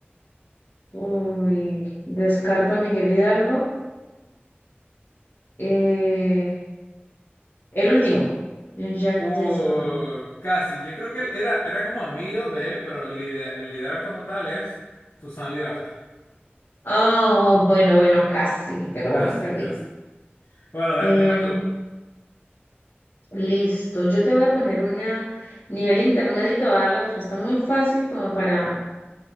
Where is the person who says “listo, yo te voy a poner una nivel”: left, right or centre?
Left